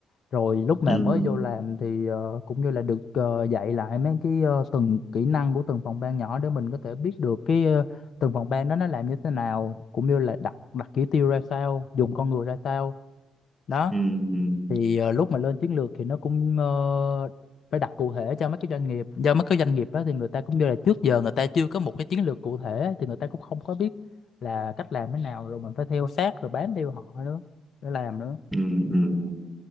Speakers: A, on the left; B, in the centre.
A: rồi lúc mà
B: Ừ.
A: mới
B: Ừ.
A: vô làm thì ờ, cũng như là được ờ, dạy lại mấy cái ờ, từng kỹ năng của từng phòng ban nhỏ để mình có thể biết được cái ờ, từng phòng ban đó nó làm như thế nào cũng như là đặt đặt chỉ tiêu ra sao dùng con người ra sao đó
B: Ừ.
A: thì ờ, lúc mà lên chiến lược thì nó cũng ờ, phải đặt cụ thể cho mấy cái doanh nghiệp do mấy cái doanh nghiệp đó thì người ta cũng như là trước giờ người ta chưa có một cái chiến lược cụ thể thì người ta cũng không có biết là cách làm thế nào rồi mình phải theo sát rồi bám theo họ nữa để làm nữa
B: Ừ. Ừ. ừ.